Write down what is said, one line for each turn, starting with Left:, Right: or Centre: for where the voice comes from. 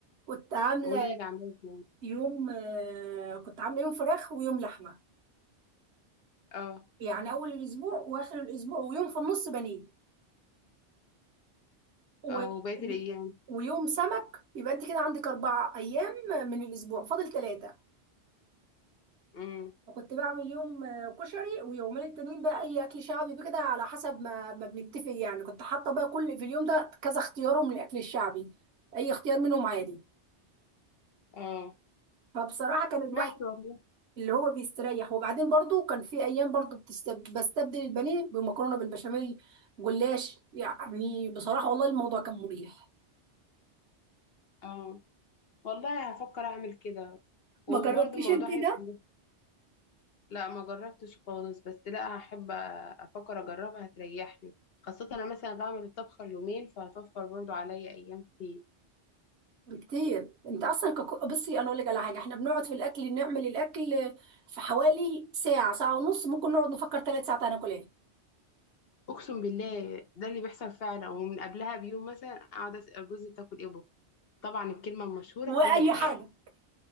Right: كنت عامله
Left: قولي لي عامله ازاي
Right: يوم آه، كنت عامله يوم فراخ ويوم لحمه
Left: اه
Right: يعني اول الاسبوع واخر الاسبوع ويوم في النص بانيه و...
Left: اه وبقيت
Right: و-
Left: الايام
Right: ويوم سمك يبقى انت كده عندك اربع ايام من الاسبوع فاضل ثلاثه
Left: امم
Right: وكنت بعمل يوم آه، كشري ويومين التانيين بقى اي اكل شعبي بكده على حسب ما ما بنتفق يعني كنت حاطه بقى كل في اليوم ده كذا اختيار من الاكل الشعبي اي اختيار منهم عادي
Left: اه
Right: فبصراحه كان الواحد
Left: ماشي والله
Right: اللي هو بيستريح وبعدين برضو كان في ايام برضو بتستب... بستبدل البانيه بمكرونه بالبشاميل جلاش يعني بصراحه والله الموضوع كان مريح
Left: اه والله هفكر اعمل كده وبرضه
Right: ما جربتيش
Left: الموضوع
Right: انت
Left: هيبقى
Right: ده
Left: مف- لا ما جربتش خالص بس لا هحب افكر اجربها هتريحني خاصة انا مثلا بعمل الطبخة اليومين فهتوفر برضو عليا ايام كتير
Right: بكتير انت اصلا ككو... بصي انا اقول لك على حاجه احنا بنقعد في الاكل نعمل الاكل في حوالي ساعه ساعه ونص ممكن نقعد نفكر ثلاث ساعات هناكل ايه
Left: اقسم بالله ده اللي بيحصل فعلا ومن قبلها بيوم مثلا اقعد اسال جوزي تاكل ايه بكرة؟ طبعا الكلمة المشهورة
Right: واي
Left: اي حاجة
Right: حاجه